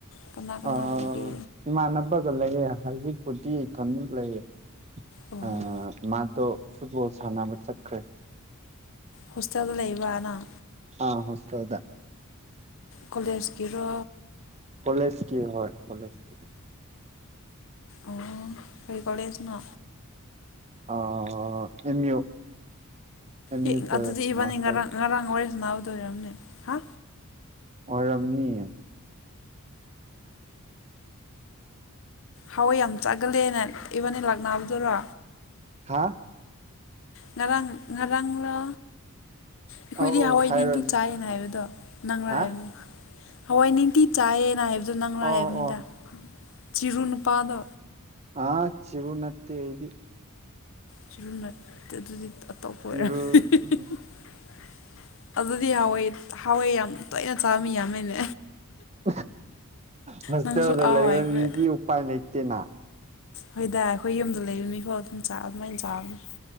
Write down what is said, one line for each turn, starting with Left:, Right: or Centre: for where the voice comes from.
Left: ꯀꯅꯥ ꯀꯅꯥ
Right: ꯑꯥ
Left: ꯂꯩꯒꯦ
Right: ꯏꯃꯥꯟꯅꯕꯒ ꯂꯩꯌꯦ ꯍꯧꯖꯤꯛꯄꯨꯗꯤ ꯏꯊꯟꯇ ꯂꯩꯌꯦ
Left: ꯑꯣ
Right: ꯑ ꯃꯥꯗꯣ ꯐꯨꯠꯕꯣꯜ ꯁꯥꯟꯅꯕ ꯆꯠꯈ꯭ꯔꯦ
Left: ꯍꯣꯁꯇꯦꯜꯗ ꯂꯩꯕ꯭ꯔ ꯅꯪ
Right: ꯑ ꯍꯣꯁꯇꯦꯜꯗ
Left: ꯀꯣꯂꯦꯖꯀꯤꯔꯣ
Right: ꯀꯣꯂꯦꯖꯀꯤ ꯍꯣꯏ ꯀꯣꯂꯦꯖꯀꯤ
Left: ꯑꯣ ꯀꯩ ꯀꯣꯂꯦꯖꯅꯣ
Right: ꯑꯥ ꯑꯦꯝ ꯌꯨ ꯑꯦꯝ
Left: ꯑꯦ
Right: ꯌꯨꯗ
Left: ꯑꯗꯨꯗꯤ ꯏꯕꯥꯅꯤ
Right: ꯃꯥꯁꯇꯔ
Left: ꯉꯔꯥꯡ ꯉꯔꯥꯡ ꯋꯥꯔꯤꯁꯥꯅꯥꯕꯗꯣ ꯑꯣꯏꯔꯝꯅꯤ ꯍꯥ
Right: ꯑꯣꯏꯔꯝꯅꯤꯌꯦ
Left: ꯍꯥꯎꯋꯦ ꯌꯥꯝ ꯆꯥꯒꯜꯂꯦꯅ ꯏꯕꯥꯟꯅꯤ ꯂꯥꯛꯅꯕꯗꯨꯔꯣ
Right: ꯍꯥꯥ
Left: ꯉꯔꯥꯡ ꯉꯔꯥꯡꯂꯥ ꯑꯩꯈꯣꯏꯗꯤ
Right: ꯑꯧ
Left: ꯍꯋꯥꯏ
Right: ꯍꯥꯏꯔꯅꯤ
Left: ꯅꯤꯡꯇꯤ ꯆꯥꯏꯌꯦꯅ ꯍꯥꯏꯕꯗꯣ ꯅꯪꯔꯥ
Right: ꯍꯥ
Left: ꯍꯥꯏꯕꯅꯤ ꯍꯋꯥꯏ ꯅꯤꯡꯇꯤ ꯆꯥꯏꯌꯦꯅ ꯍꯥꯏꯕꯗꯣ ꯅꯪꯔꯥ
Right: ꯑꯣ
Left: ꯍꯥꯏꯕꯅꯤꯗ
Right: ꯑꯣ
Left: ꯆꯤꯔꯨ ꯅꯨꯄꯥꯗꯣ
Right: ꯑꯥ ꯆꯤꯔꯨ ꯅꯠꯇꯦ ꯑꯩꯗꯤ
Left: ꯆꯤꯔꯨ ꯅꯠꯇꯦ ꯑꯗꯨꯗꯤ ꯑꯇꯣꯞꯄ ꯑꯣꯏꯔ
Right: ꯆꯤꯔꯨꯗꯤ
Left: <unintelligible> ꯑꯗꯨꯗꯤ ꯍꯧꯋꯥꯏ ꯍꯧꯋꯥꯏ ꯌꯥꯝ ꯇꯣꯏꯅ ꯆꯥꯕ ꯃꯤ ꯌꯥꯝꯃꯦꯅꯦ
Right: <unintelligible> ꯍꯣꯁꯇꯦꯜꯗ
Left: ꯅꯪꯁꯨ ꯑꯥꯎ
Right: ꯂꯩꯕ
Left: ꯍꯥꯏꯈ꯭ꯔꯦ
Right: ꯃꯤꯗꯤ ꯎꯄꯥꯏ ꯂꯩꯇꯦꯅ
Left: ꯍꯣꯏꯗꯥ ꯑꯩꯈꯣꯏ ꯌꯨꯝꯗ ꯂꯩꯕ ꯃꯤꯐꯥꯎ ꯑꯗꯨꯝ ꯆꯥ ꯑꯗꯨꯃꯥꯏꯟ ꯆꯥꯕꯅꯤ